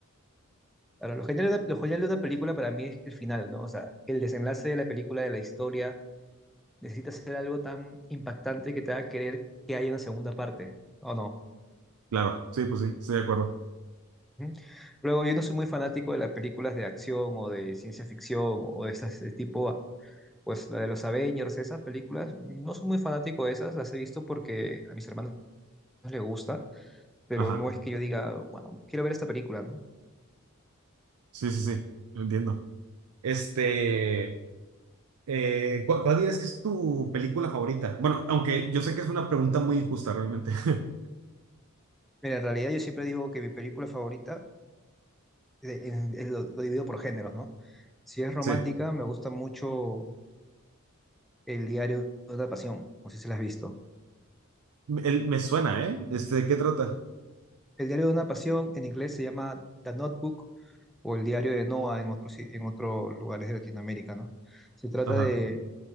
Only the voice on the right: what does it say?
Claro, sí, pues sí, estoy de acuerdo.
Ajá,
sí, sí, sí, entiendo. Este, eh, ¿cu- ¿cuál, dirías que es tu película favorita? Bueno, aunque yo sé que es una pregunta muy injusta realmente. <laughs>
Sí,
El- me suena, ¿eh? Este, ¿de qué trata?
Ajá,